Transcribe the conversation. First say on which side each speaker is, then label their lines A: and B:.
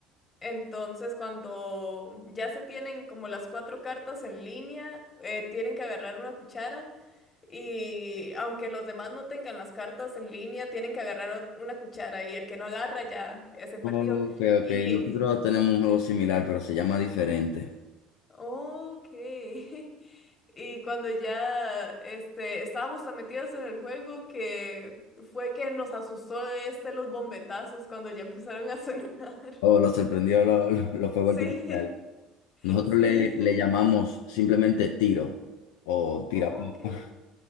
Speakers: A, on the left; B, on the left.
A: Entonces, cuando ya se tienen como las cuatro cartas en línea, eh, tienen que agarrar una cuchara y aunque los demás no tengan las cartas en línea, tienen que agarrar ot- una cuchara y el que no agarra ya eh, se perdió.
B: Ok, ok.
A: Y,
B: Nosotros tenemos un juego similar, pero se llama diferente.
A: ok. <laughs> Y cuando ya este, estábamos tan metidos en el juego que fue que nos asustó este, los bombetazos cuando ya empezaron a sonar. <laughs>
B: Oh, lo sorprendió lo- lo- los fuegos
A: Sí,
B: artificiales. Nosotros
A: sí.
B: le, le llamamos simplemente tiro o
A: Ok.
B: tirapó. <laughs>